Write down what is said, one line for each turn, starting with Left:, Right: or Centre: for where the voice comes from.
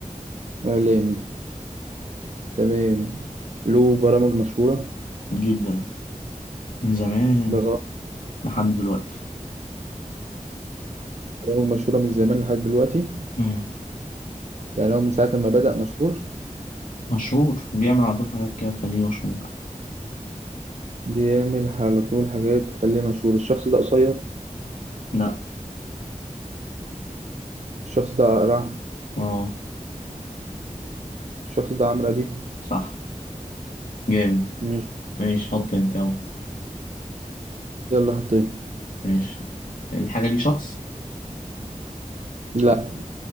Right: إعلامي تمام له برامج مشهورة
Left: جدا من زمان
Right: برا-
Left: لحد دلوقتي
Right: برامج مشهورة من زمان لحد دلوقتي
Left: مم.
Right: يعني هو من ساعة ما بدأ مشهور
Left: مشهور بيعمل على طول حاجات كده تخليه مشهور
Right: بيعمل على طول حاجات تخليه مشهور الشخص ده قصير
Left: لا
Right: الشخص ده رعب
Left: اه
Right: الشخص ده عمرو أديب
Left: صح جامد
Right: مش
Left: ماشي حط انت يلا
Right: يلا حطيت
Left: ماشي الحاجة دي شخص
Right: لا